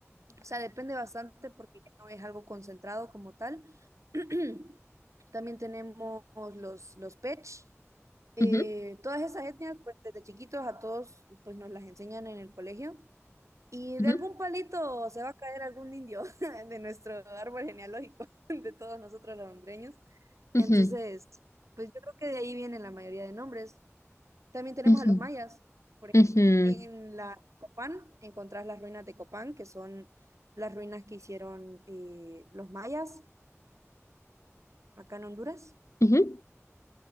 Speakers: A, on the right (about 80°); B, on the left (about 70°).
A: o sea, depende bastante porque ya no es algo concentrado como tal. <clears throat> También tenemos los, los Pech, eh,
B: Ujú,
A: todas esas etnias, pues desde chiquitos a todos, pues nos las enseñan en el colegio y
B: ujú,
A: de algún palito se va a caer algún indio <laughs> de nuestro árbol genealógico, <laughs> de todos nosotros los hondureños.
B: ujú,
A: Entonces, pues yo creo que de ahí vienen la mayoría de nombres. También tenemos
B: ujú,
A: a los mayas. Por ejemplo,
B: ujú,
A: en la Copán encontrás las ruinas de Copán, que son las ruinas que hicieron eh, los mayas acá en Honduras.
B: ujú.